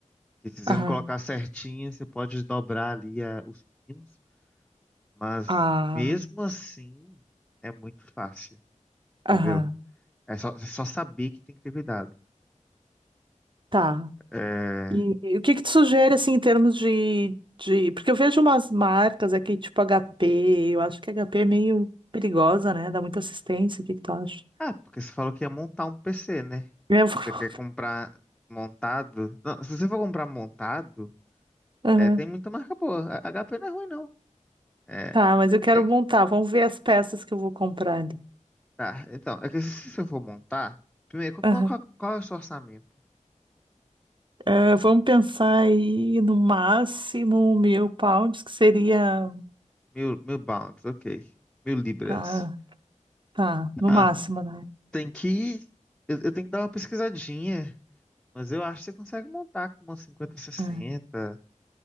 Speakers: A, in the centre; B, on the right (about 40°).
A: Que se você
B: Aham.
A: não colocar certinho, você pode dobrar ali a- os pinos. Mas
B: Ah.
A: mesmo assim, é muito fácil, entendeu?
B: Aham.
A: É só, é só saber que tem que ter cuidado.
B: Tá.
A: É...
B: E, e o que que tu sugere, assim, em termos de, de... Porque eu vejo umas marcas aqui, tipo HP. Eu acho que HP é meio perigosa, né? Dá muita assistência. O que que tu acha?
A: Ah, porque você falou que ia montar um PC, né?
B: Eu vou-
A: Você quer comprar montado? Não, se você for comprar montado,
B: <laughs> Aham.
A: é, tem muita marca boa. A HP não é ruim, não. É,
B: Tá, mas eu quero
A: é-
B: montar. Vamos ver as peças que eu vou comprar ali.
A: tá, então, é que se você for montar, primeiro, qual, qual-
B: Aham.
A: qual- qual é o seu orçamento?
B: Ah, vamos pensar aí no máximo mil pounds, que seria...
A: Mil, mil pounds, ok. Mil libras.
B: Tá, tá. No
A: Ah,
B: máximo, né?
A: tem que. Eu, eu tenho que dar uma pesquisadinha Mas eu acho que você consegue montar com uma 50-60,
B: Ah,